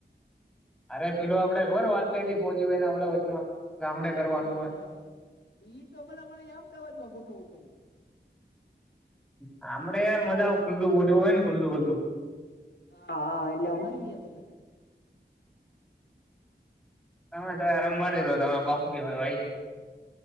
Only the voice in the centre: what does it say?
અરે પેલું આપડે ખબરે વાત થઈ તી ફોજીવ એના આપણે વચમાં ગામડે કરવાનું
હોય
ગામડે યાર મજા ખુલ્લું બધું હોય ને ખુલ્લું ખુલ્લું
તમે તો આ રંભાડે તો તમે પપુ કેવા ભાઈ